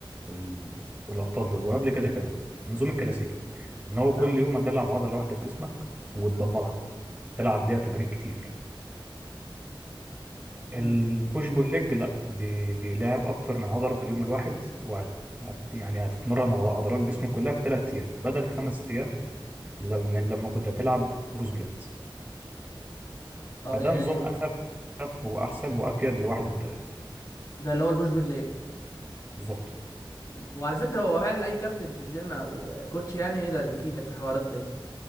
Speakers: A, on the right; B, on the left.
A: وال... والابطال دول وقبل كده كمان النظام الكلاسيكي ان هو كل
B: اه
A: يوم هتلعب عضله واحده بجسمك وتدمرها تلعب ليها تمارين كتير
B: م.
A: البوش بول ليج لا بي- بيلعب اكتر من عضله في اليوم الواحد وهت هت- يعني هتتمرن على عضلات جسمك كلها في ثلاث ايام بدل خمس ايام لما لما كنت هتلعب بروس بلات
B: اه
A: فده
B: يعني
A: نظام
B: ال-
A: اخف اخف واحسن وافيد لواحد مبتدئ
B: ده اللي هو البوش بول ليج
A: بالظبط
B: وعلى فكره هو فعلا اي كابتن في الجيم او كوتش يعني يقدر يفيدك في الحوارات دي